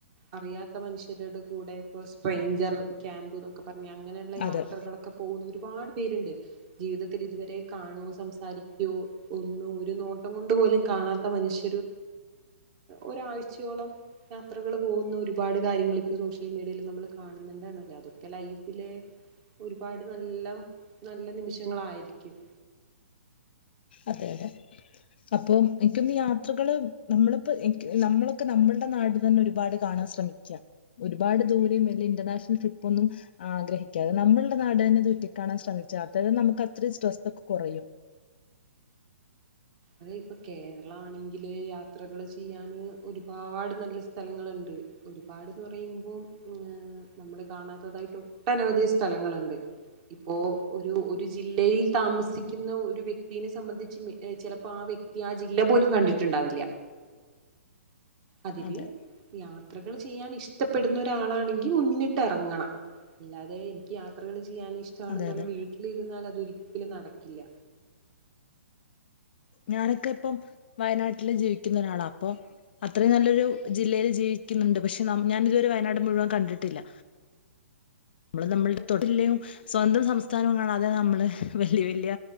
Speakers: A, on the right; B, on the left.
A: അറിയാത്ത ത്ത മനുഷ്യരുടെ കൂടെ ഇപ്പ സ്ട്രെഞ്ചർ ക്യാമ്പ് എന്നൊക്കെ പറഞ്ഞ് അങ്ങനെയുള്ള യാത്രകളൊക്കെ
B: അതെ
A: പോകുന്ന ഒരുപാട് പേരുണ്ട് ജീവിതത്തിൽ ഇതുവരെ കാണുവോ സംസാരി സാരിക്കോ ഒന്ന് ഒരു നോട്ടം കൊണ്ട് പോലും കാണാത്ത മനുഷ്യരു ഒരാഴ്ചയോളം യാത്രകൾ പോകുന്ന ഒരുപാട് കാര്യങ്ങൾ ഇപ്പോൾ സോഷ്യൽ മീഡിയയിൽ നമ്മൾ കാണുന്നുണ്ടാണല്ലോ അത് ലൈഫില് ഒരുപാട് നല്ല നല്ല നിമിഷങ്ങളായിരിക്കും
B: അതെ അതെ അപ്പൊ എനിക്കൊന്നീ യാത്രകള് നമ്മളിപ്പോ എനിക്ക് നമ്മളൊക്കെ നമ്മളുടെ നാട് തന്നെ ഒരുപാട് കാണ ശ്രമിക്ക്യാ ഒരുപാട് ദൂരേം വല്ല്യ ഇന്റർനാഷണൽ ട്രിപ്പ് ഒന്നും ആഗ്രഹിക്കാതെ നമ്മളുടെ നാട് തന്നെ ചുറ്റിക്കാണാൻ ശ്രമിക്കു മിച്ചാ തന്നെ നമുക്ക് അത്രയും സ്ട്രെസ്സ് ഒക്കെ കുറയും
A: അതെ ഇപ്പൊ കേരള ആണെങ്കില് യാത്രകള് ചെയ്യാന് ഒരുപാട് നല്ല സ്ഥലങ്ങള്ണ്ട് ഒരുപാട്ന്ന് പറയുമ്പോം നമ്മള് കാണാത്തതായിട്ട് ഒട്ടനവധി സ്ഥലങ്ങളുണ്ട് ഇപ്പോ ഒരു ഒരു ജില്ലയിൽ താമസിക്കുന്ന ഒരു വ്യക്തിനെ സംബന്ധിച്ച് ചെല അപ്പൊ ആ വ്യക്തി ആ ജില്ല പോലും കണ്ടിട്ടുണ്ടാവില്ല അതിര്
B: അതെ
A: ഞാൻ യാത്രകൾ ചെയ്യാൻ ഇഷ്ടപ്പെടുന്ന ഒരാളാണെങ്കിൽ മുന്നിട്ട് ഇറങ്ങണം അല്ലാതെ എനിക്ക് യാത്രകൾ ഇഷ് ചെയ്യാൻ ഇഷ്ടണെന്ന്
B: അതെ
A: പറഞ്ഞാൽ
B: അതെ
A: വീട്ടിലിരുന്നാൽ അതൊരിക്കലും നടക്കില്ല
B: ഞാനൊക്കെ ഇപ്പം വയനാട്ടില് ജീവിക്കുന്ന ഒരാളാ അപ്പൊ അത്രയും നല്ലൊരു ജില്ലയിൽ ജീവിക്കുന്നുണ്ട് പക്ഷെ ഞാൻ ഇതുവരെ വയനാട് മുഴുവൻ കണ്ടിട്ടില്ല നമ്മള് നമ്മളുടെ തൊട്ടിലയും സ്വന്തം സംസ്ഥാനവും കാണാതെ നമ്മള് വല്യ വല്യ